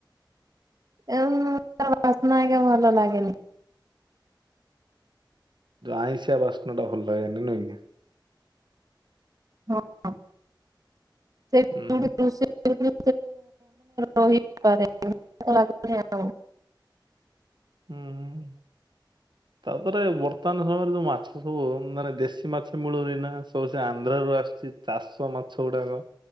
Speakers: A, on the right; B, on the right.
A: ଏ ବାସନା ଏକା ଭଲ ଲାଗେନି।
B: ଆଇଁସିଆ ବାସ୍ନା ଟା ଭଲ ଲାଗେନି ନୁହେଁ କି!
A: ହଁ। <inaudible>
B: ହୁଁ
A: ମାନେ
B: ହୁଁ
A: ରହି ପାରେନି ମତେ ଲାଗୁଚି ଆଉ।
B: ହୁଁ
A: <unintelligible>
B: ତାପରେ ବର୍ତ୍ତମାନ ସମୟରେ ଯୋଉ ମାଛ ସବୁ ମାନେ ଦେଶୀ ମାଛ ମିଳୁନି ନା ସବୁ ସେ ଆନ୍ଧ୍ରାରୁ ଆସ ଚି ଚାଷ ମାଛ ଗୁଡାକ